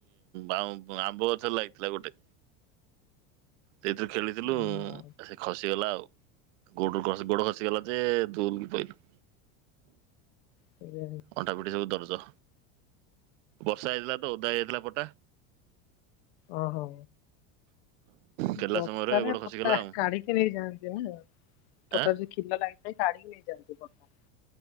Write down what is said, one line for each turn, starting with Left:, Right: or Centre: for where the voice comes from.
Right: ଆମ୍ବ ଗଛରେ ଲାଗିଥିଲା ଗୋଟେ। ସେଇଥିରେ ଖେଳିଦେଲୁ ଆଉ
Left: ଓହୋ
Right: ସେ ଖସିଗଲା ଆଉ ଗୋଡରୁ ଖସି, ଗୋଡ ଖସିଗଲା ଯେ ଦୁଲ କି ପଇଲୁ।
Left: ସେଇଆ
Right: ଅଣ୍ଟା ପିଠି ସବୁ ଦରଜ, ବର୍ଷା ହେଇଥିଲା ତ ଓଦା ହେଇଯାଇଥିଲା ପଟା
Left: ଓ ହୋ।
Right: ଖେଳିଲା
Left: ବର୍ଷାରେ
Right: ସମୟରେ ଗୋଡ
Left: ପଟା
Right: ଖସିଗଲା ଆଉ
Left: କାଢ଼ି କି ନେଇଯାଆନ୍ତି ନା, ପଟା
Right: ଆଁ
Left: ଯୋଉ କ୍ଷିଲ ଲାଗିଥାଏ କାଢ଼ିକି ନେଇଯାଆନ୍ତି ପଟା।